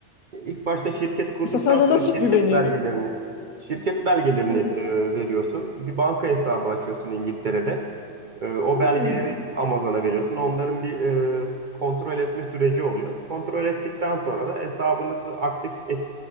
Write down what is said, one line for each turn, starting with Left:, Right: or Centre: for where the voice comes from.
Right: İlk başta şirket kurduktan
Left: Mesela sana
Right: sonra
Left: nasıl
Right: şirket
Left: güveniyor?
Right: belgelerini şirket belgelerini
Left: Ha.
Right: e, veriyorsun. Bir banka hesabı açıyorsun İngiltere'de. E, o
Left: Hmm.
Right: belgeleri Amazon'a veriyorsun. Onların bir e, kontrol etme süreci oluyor. Kontrol ettikten sonra da hesabınızı aktif et,